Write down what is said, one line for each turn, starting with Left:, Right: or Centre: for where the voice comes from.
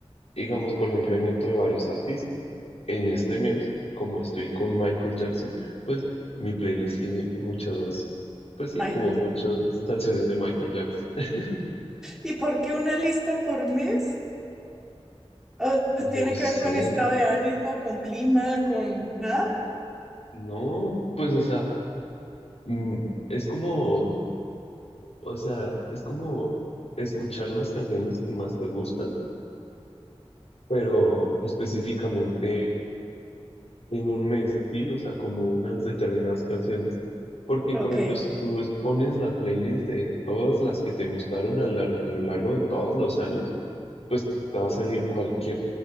Left: Digamos, por ejemplo, ahí meto de varios artistas. En este mes, como estoy con Michael Jackson, pues mi playlist tiene muchas, pues sí,
Centre: Michael?
Left: como muchas
Centre: Jackson?
Left: canciones de Michael Jackson. <laughs>
Centre: ¿Y por qué una lista por mes? ¿O tiene
Left: No
Centre: que
Left: sé,
Centre: ver con estado de ánimo, con clima, con nada?
Left: no, pues o sea, mm, es como, o sea, es como escuchar las canciones que más te gustan, pero específicamente en un mes, ¿sí? O sea, como unas determinadas canciones. Porque,
Centre: Ok,
Left: por ejemplo, si tú es- pones la playlist de todas las que te gustaron a, lar- a lo largo de todos los años, pues te va a salir cualquier